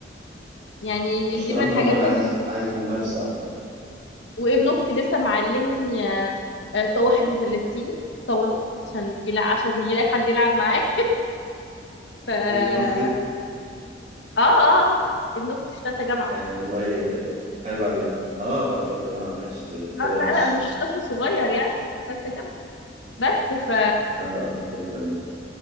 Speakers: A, on the left; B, on the right.
A: يعني
B: الشطرنج
A: دي من الحاجات
B: عموما
A: ال...
B: عايز عايز ممارسه اكتر
A: وابن اختي لسه معلمني آه، آه، طا 31 في الطاولة عشان يلا... عشان يلاقي حد يلعب معاه ف اه
B: ابن اختك
A: اه آه، ابن اختي في ثالثة جامعة
B: يعني والله آه، عيب علينا اه في ثالثه جامعه ماشي اذا كان كده
A: اه لا
B: ماشي
A: لا مش طفل صغير يعني في ثالثة جامعة بس ف
B: اه كده تمام